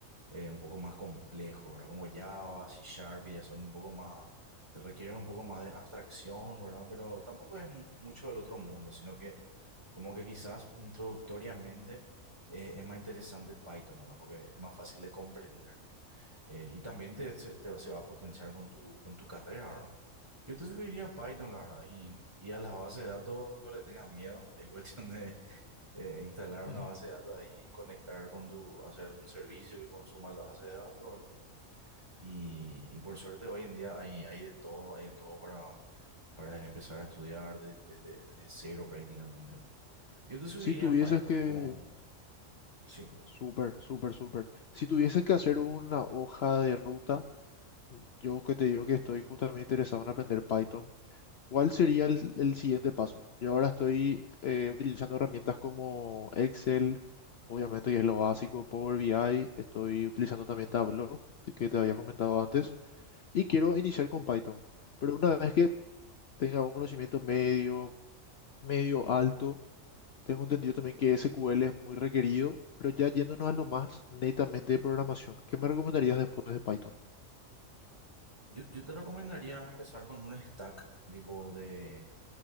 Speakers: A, on the right; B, on the left.
A: eh, un poco más complejos, ¿verdad? Como Java, C Sharp, que ya son un poco más, requieren un poco más de abstracción, ¿verdad? Pero tampoco es mu- mucho del otro mundo, sino que como que quizás introductoriamente eh, es más interesante Python, ¿verdad? Porque es más fácil de comprender. Eh, y también te, se, te- se va a potenciar con tu, con tu carrera, ¿verdad? Yo te sugeriría Python, la verdad. Y, y a las bases de datos no le tengas miedo. <laughs> Es cuestión de <laughs> eh, instalar una
B: ujú.
A: base de datos ahí y conectar con tu, hacer algún servicio que consuma la base de datos, ¿verdad? Y, y por suerte hoy en día hay, hay de todo, hay de todo para, para empezar a estudiar desde, desde- desde cero prácticamente, ¿verdad? Yo te sugeriría
B: Si tuvieses
A: Python
B: que,
A: como un... Sí.
B: súper, súper, súper. Si tuvieses que hacer una hoja de ruta, yo que te digo que estoy justamente interesado en aprender Python, ¿cuál sería el, el siguiente paso? Yo ahora estoy eh, utilizando herramientas como Excel, obviamente que es lo básico, Power BI, estoy utilizando también Tableau, que te había comentado antes, y quiero iniciar con Python. Pero una vez que tenga un conocimiento medio, medio alto. Tengo entendido también que SQL es muy requerido, pero ya yéndonos a lo más netamente de programación, ¿qué me recomendarías después de Python?
A: Yo, yo te recomendaría empezar con un stack tipo de...